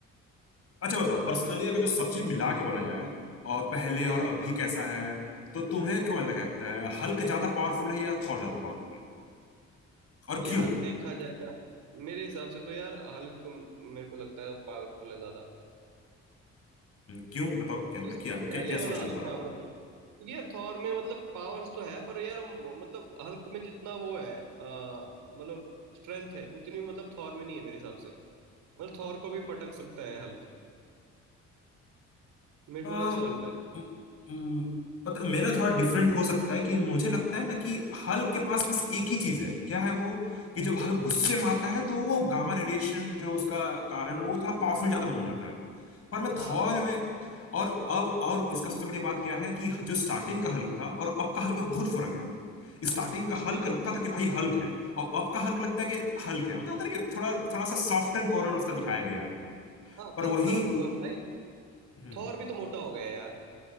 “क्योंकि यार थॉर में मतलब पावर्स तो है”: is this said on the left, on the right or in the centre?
Right